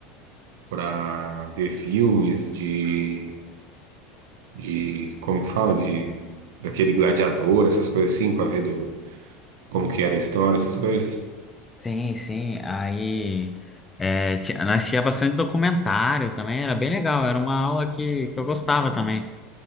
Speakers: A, on the right (about 60°); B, on the left (about 15°).
A: pra ver filmes de, de, como que fala, de, daquele gladiador, essas coisas assim, pra ver do, como que era a história, essas coisas?
B: Sim, sim. Aí é, ti- nós assistia bastante documentário também, era bem legal, era uma aula que, que eu gostava também,